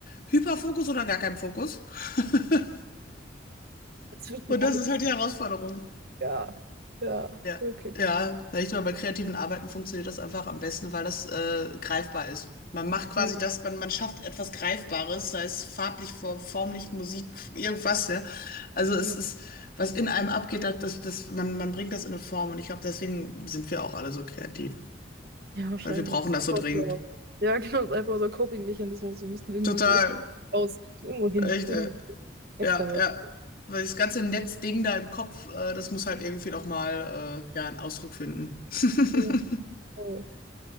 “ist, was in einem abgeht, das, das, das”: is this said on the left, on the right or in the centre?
Left